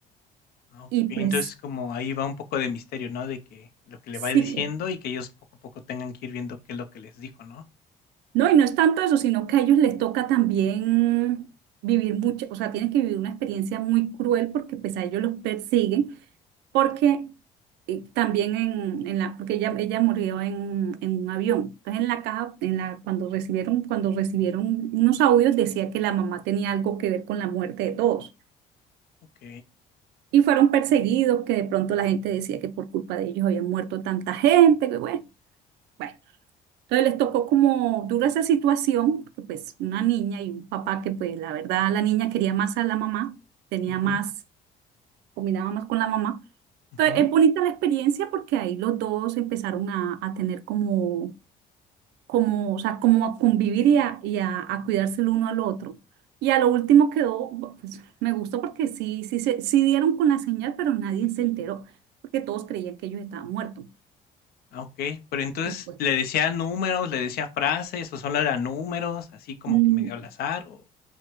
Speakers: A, on the left; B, on the right.
A: Ah, okey,
B: Y pues
A: entonces, como ahí va un poco de misterio, ¿no? De que lo que le
B: sí,
A: va diciendo
B: que-
A: y que ellos poco a poco tengan que ir viendo qué es lo que les dijo, ¿no?
B: no, y no es tanto eso, sino que a ellos les toca también vivir mucho, o sea, tienen que vivir una experiencia muy cruel porque pues a ellos los persiguen, porque eh, también en, en la, porque ella, ella murió en, en un avión. Entonces en la caja, en la, cuando recibieron, cuando recibieron unos audios decía que la mamá tenía algo que ver con la muerte de todos.
A: Ok.
B: Y fueron perseguidos, que de pronto la gente decía que por culpa de ellos había muerto tanta gente, que bueno, bueno. Entonces les tocó como dura esa situación, porque pues una niña y un papá que pues la verdad la niña quería más a la mamá, tenía
A: Ujú,
B: más, combinaba más con la mamá.
A: ujú.
B: Entonces es bonita la experiencia porque ahí los dos empezaron a, a tener como como, o sea, como a convivir y a, y a, a cuidarse el uno al otro. Y a lo último quedó, bu- pues me gustó porque sí, sí, se, sí dieron con la señal, pero nadie se enteró, porque todos creían que ellos estaban muertos.
A: Ah, okey. Pero entonces,
B: Después,
A: ¿le decía números, le decía frases o solo eran números, así como
B: mm,
A: que medio al azar o?